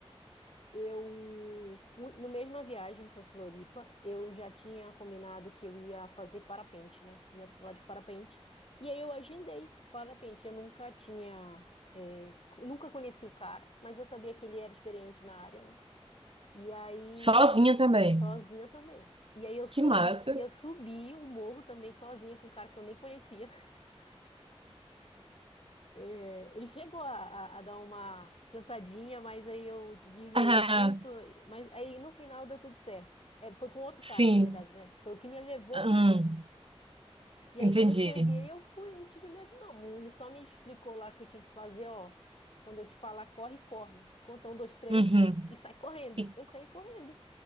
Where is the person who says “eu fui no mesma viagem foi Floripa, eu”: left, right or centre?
Left